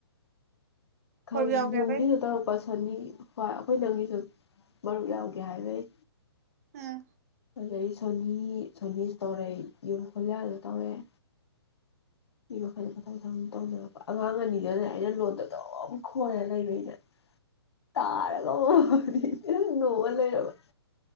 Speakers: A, on the left (about 75°); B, on the right (about 35°).
A: ꯈꯪ
B: ꯍꯣꯏꯕ ꯌꯥꯎꯒꯦ
A: ꯌꯨꯝꯒꯤꯗꯨ
B: ꯍꯥꯏꯕꯩ
A: ꯇꯧꯔꯛꯄꯒ ꯁꯤ ꯈꯅꯤ ꯍꯣꯏ ꯑꯩꯈꯣꯏ ꯏꯅꯝꯒꯤꯁꯨ ꯃꯔꯨꯞ ꯌꯥꯎꯒꯦ ꯍꯥꯏꯕꯩ
B: ꯑꯤ
A: ꯑꯗꯩ ꯁꯣꯅꯤ ꯁꯣꯅꯤꯁꯨ ꯇꯧꯔꯛꯏ ꯌꯨꯝ ꯍꯣꯂꯤꯌꯥꯗꯨ ꯇꯧꯔꯛꯑꯦ ꯁꯤ ꯃꯈꯜ ꯃꯊꯪ ꯃꯊꯪ ꯇꯧꯅꯔꯛꯄ ꯑꯉꯥꯡ ꯑꯅꯤꯗꯨꯅꯅꯦ ꯑꯩꯅ ꯂꯣꯟ ꯑꯗꯨꯝ ꯈꯣꯏꯔ ꯂꯩꯕꯩꯅꯦ ꯇꯥꯔꯒ ꯑꯗꯨꯝ ꯅꯣꯛꯑ ꯂꯩꯔꯕ